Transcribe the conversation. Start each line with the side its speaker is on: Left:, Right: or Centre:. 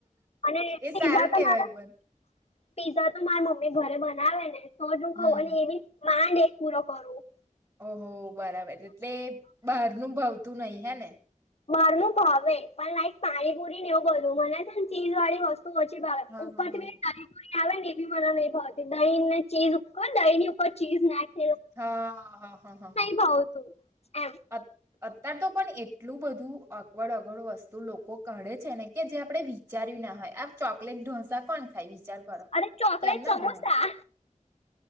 Left: અને
Right: એ સારું
Left: પીઝા તો
Right: કેવાય
Left: મારા
Right: પણ.
Left: પીઝા તો માર મમ્મી ઘરે બનાવે ને તોજ હું
Right: હમ
Left: ખઉ અને એ બી માંડ એક પૂરો કરું.
Right: ઓહો બરાબર એટલે બહારનું ભાવતું નહિં હે ને?
Left: બારનું ભાવે પણ લાઈક પાણીપુરીને એવું બધું મને ચીઝવાળી વસ્તુ તુ ઓછી ભાવે
Right: હા
Left: ઉપરથી
Right: હા હા
Left: પેલી તરી રી આવે ને એ બી મને નહીં ભાવતી દહીં ને ચીઝ ઉપર દહીં ની ઉપર ચીઝ નાખી
Right: હ હ હ હ.
Left: ભાવતું. એમ.
Right: અ અત્યાર તો પણ એટલું બધું અગવડ અગવડ વસ્તુ લોકો કાઢે છે ને કે જે આપણે વિ ચાર્યું ના હોય આમ ચોકલેટ ઢોસા કોણ ખાય? વિચાર કરો
Left: અને ચોકલેટ
Right: કેમના
Left: સમોસા
Right: ભાવે?